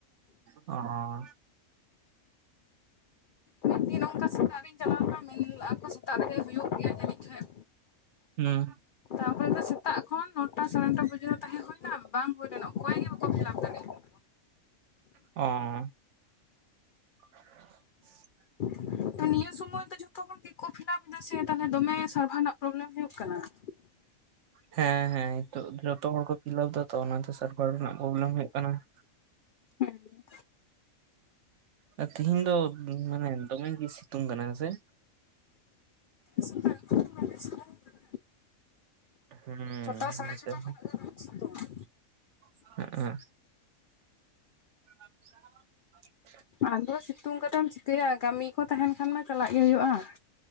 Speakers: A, on the right; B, on the left.
A: ᱚᱦ
B: ᱢᱤᱫ ᱫᱤᱱ ᱱᱚᱠᱟ ᱥᱮᱛᱟᱜ ᱨᱤᱧ ᱪᱟᱞᱟᱣ ᱞᱮᱱᱟ, ᱢᱮᱱ ᱞᱟᱠᱚ ᱥᱮᱛᱟᱜ ᱨᱮᱜᱮ ᱦᱩᱭᱩᱜ ᱜᱮᱭᱟ ᱡᱟᱹᱱᱤᱡ ᱠᱷᱟᱱ᱾
A: ᱦᱩᱸ
B: ᱛᱟᱯᱚᱨᱮ ᱫᱚ ᱥᱮᱛᱟᱜ ᱠᱷᱚᱱ ᱱᱚᱴᱟ ᱥᱟᱲᱮ ᱱᱚᱴᱟ ᱵᱟᱡᱟᱨ ᱨᱮ ᱛᱟᱦᱮᱸ ᱦᱩᱭᱱᱟ ᱵᱟᱝ ᱦᱩᱭ ᱞᱮᱱᱟ, ᱚᱠᱚᱭ ᱜᱮ ᱵᱟᱠᱚ ᱯᱷᱤᱞᱟᱯ ᱫᱟᱲᱮᱭᱟᱜ ᱠᱟᱱᱟ ᱾
A: ᱚᱸ <inaudible>
B: <inaudible> ᱛᱚ ᱱᱤᱭᱟᱹ ᱥᱚᱢᱚᱭ ᱫᱚ ᱡᱷᱚᱛᱚ ᱦᱚᱲ ᱜᱮᱠᱚ ᱯᱷᱤᱞᱟᱯ ᱮᱫᱟ ᱥᱮ ᱛᱟᱦᱚᱞᱮ ᱫᱚᱢᱮ ᱥᱟᱨᱵᱷᱟᱨ ᱨᱮᱱᱟᱜ ᱯᱚᱨᱚᱵᱞᱮᱢ ᱦᱩᱭᱩᱜ ᱠᱟᱱᱟ ᱾
A: ᱦᱮᱸ ᱦᱮᱸ ᱱᱤᱛᱚᱜ ᱡᱚᱛᱚ ᱦᱚᱲ ᱠᱚ ᱯᱷᱤᱞᱟᱯ ᱮᱫᱟ ᱛᱚ ᱚᱱᱟᱛᱮ ᱥᱟᱨᱵᱷᱟᱨ ᱨᱮᱱᱟᱜ ᱯᱚᱨᱚᱵᱞᱮᱢ ᱦᱩᱭᱩᱜ ᱠᱟᱱᱟ ᱾
B: ᱦᱮᱸ
A: ᱟᱨ ᱛᱮᱦᱤᱧ ᱫᱚ ᱢᱟᱱᱮ ᱫᱚᱢᱮ ᱜᱮ ᱥᱤᱛᱩᱝ ᱠᱟᱱᱟ ᱦᱮᱸᱥᱮ ᱾
B: ᱥᱮᱛᱟᱜ ᱠᱷᱚᱱ <unintelligible>
A: ᱦᱩᱸ
B: ᱪᱷᱚᱴᱟ ᱥᱟᱲᱮ
A: ᱱᱚᱛᱮ
B: ᱪᱷᱚᱴᱟ ᱠᱷᱚᱱᱟᱜ
A: ᱦᱚᱸ
B: ᱜᱮ ᱫᱚᱢᱮ
A: <unintelligible> ᱟᱪᱪᱷᱟ <unintelligible>
B: ᱟᱫᱚ ᱥᱤᱛᱩᱝ ᱠᱟᱛᱮᱢ ᱪᱤᱠᱟᱹᱭᱟ ᱠᱟᱹᱢᱤ ᱠᱚ ᱛᱟᱦᱮᱱ ᱠᱷᱟᱱ ᱢᱟ ᱪᱟᱞᱟᱜ ᱜᱮ ᱦᱩᱭᱩᱜ-ᱟ ᱾